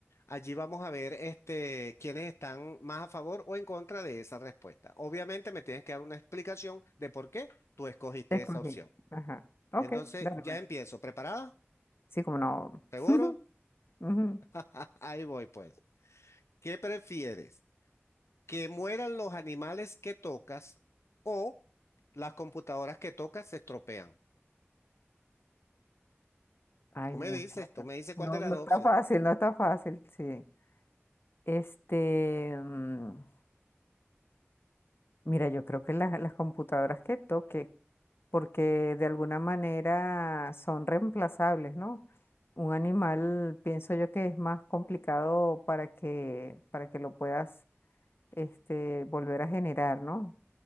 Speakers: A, on the left (about 80°); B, on the left (about 55°).
A: Allí vamos a ver este, quiénes están más a favor o en contra de esa respuesta. Obviamente me tienes que dar una explicación de por qué tú escogiste
B: escogí.
A: esa opción.
B: Ajá. Ok,
A: Entonces,
B: dale,
A: ya
B: pues.
A: empiezo. ¿Preparada?
B: Sí, como no.
A: ¿Seguro?
B: <laughs> Ujú.
A: <laughs> Ahí voy pues. ¿Qué prefieres? ¿Que mueran los animales que tocas o las computadoras que tocas se estropean?
B: Ay,
A: Tú me
B: muchacho.
A: dices, tú me dices cuál
B: No,
A: de las
B: no
A: dos
B: está
A: opciones.
B: fácil, no está fácil, sí. Este, mm, mira, yo creo que las, las computadoras que toque, porque de alguna manera son reemplazables, ¿no? Un animal, pienso yo que es más complicado para que, para que lo puedas, este, volver a generar, ¿no?